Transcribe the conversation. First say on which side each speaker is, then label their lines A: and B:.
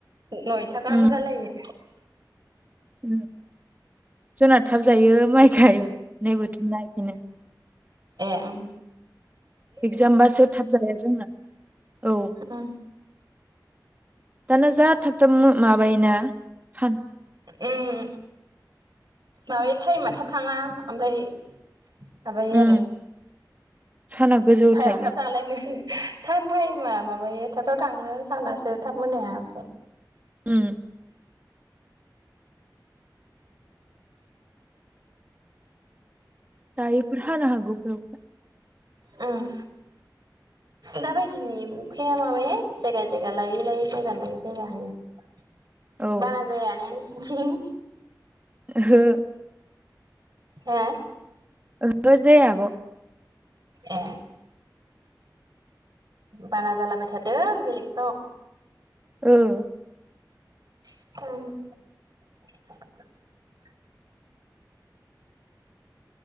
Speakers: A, on the right; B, on the right.
A: नयथा गाहाम
B: उम
A: जालायो।
B: उम जोंना थाब जायो माइ गायनाय बोथोरनो बेदिनो।
A: ए ओ
B: एगजामबासो थाब जाया जोंना औ।
A: उम
B: दाना जा थाबथाब माबायोना सा
A: उम माबायो टाइमा थाब थाङा आमफाय माबायो
B: उम
A: आरो
B: साना गोजौ
A: टाइमआ
B: थायो
A: थाब थाङालायनो सान टाइमा माबायो थाब थाब थाङो सानासो थाब मोनाया ओमफ्राय
B: उम दोयोफोर हानो हागौ बे अखाया
A: उम। दाबायदिनि अखाया माबाहाय जायगा जायगा लायै लायै जायगा लायै जायगा हायो।
B: औ ओहो
A: बाना जायाना नोंसिनिथिं?
B: ओहो
A: हा?
B: ओहो जाया आब'।
A: ए बाना जालाबाय थादों बेलेगाव।
B: औ
A: औ <inaudible>